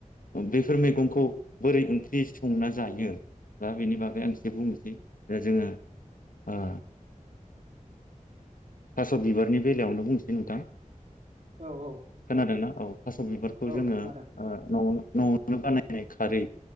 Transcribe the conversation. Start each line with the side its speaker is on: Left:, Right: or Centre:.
Left: बेफोर मैगंखौ बोरै ओंख्रि संना जायो दा बेनि बागै आं एसे बुंनोसै दा जोङो ओ थास' बिबारनि बेलायावनो बुंसै नोंथां।
Right: औ औ
Left: खोनादोंना औ थास' बिबारखौ
Right: औ
Left: जोङो
Right: खोनादों
Left: ओ न'आवनो न'आवनो बानायनाय खारै